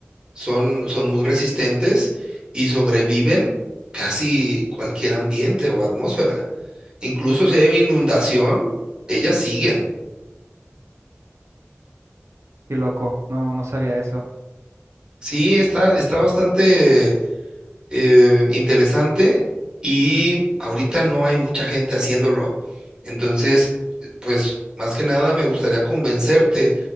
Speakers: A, on the right; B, on the right.
A: son, son muy resistentes y sobreviven casi cualquier ambiente o atmósfera. Incluso si hay inundación, ellas siguen.
B: Qué loco. No, no sabía eso.
A: Sí, está, está bastante eh, interesante y ahorita no hay mucha gente haciéndolo. Entonces, pues más que nada me gustaría convencerte